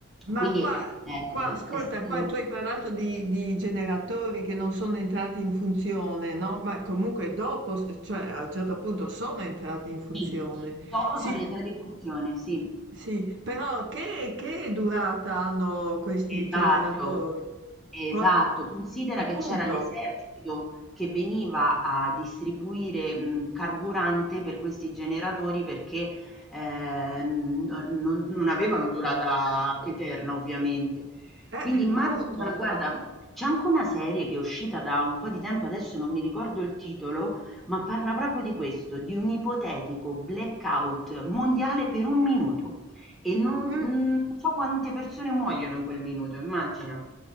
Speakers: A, on the right; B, in the centre.
A: ma
B: Quindi
A: qua
B: eh,
A: qua ascolta,
B: è stato
A: qua tu hai parlato di di generatori che non sono entrati in funzione, no, ma comunque dopo s cioè a un certo punto sono entrati in funzione.
B: sì. Dopo
A: Sì,
B: sono entrate in funzione, sì,
A: sì, però che che durata hanno questi
B: esatto.
A: generatori?
B: Esatto,
A: Qua
B: considera
A: appunto,
B: che c'era l'esercito che veniva a distribuire, mhmm, carburante per questi generatori perché, ehm, n non non avevano durata eterna ovviamente.
A: eh,
B: Quindi immagina
A: appunto.
B: guarda, c'è anche una serie che è uscita da un po' di tempo, adesso non mi ricordo il titolo, ma parla proprio di questo, di un ipotetico blackout mondiale per 1 minuto e non
A: Mm.
B: non so quante persone muoiono in quel minuto, immagina.